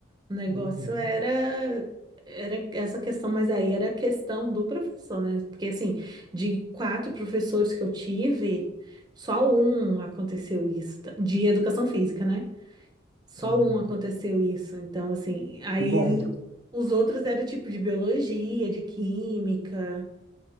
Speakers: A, on the right; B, on the right.
A: O negócio
B: Uhum,
A: era, era essa questão, mas aí era a questão do professor, né? Porque, assim, de quatro professores que eu tive, só um aconteceu isso, tá? de educação física, né? Só
B: uhum.
A: um aconteceu isso. Então, assim, aí
B: Que bom.
A: os outros era tipo de biologia, de química,